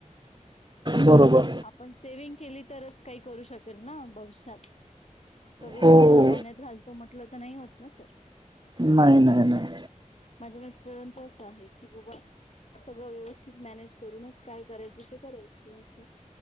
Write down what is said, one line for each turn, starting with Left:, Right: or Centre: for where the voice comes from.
Right: बरोबर
Left: आपण सेव्हंग केली तरच काही करू शकेल ना भविष्यात सगळं
Right: हो
Left: जर
Right: हो
Left: खाण्यात घालतो म्हटलं तर नाही होत ना सर
Right: नाही नाही नाही
Left: माझ्या मिस्टरांचं असं आहे की बाबा सगळं व्यवस्थित मॅनेज करूनच काय करायचं ते करायचं अस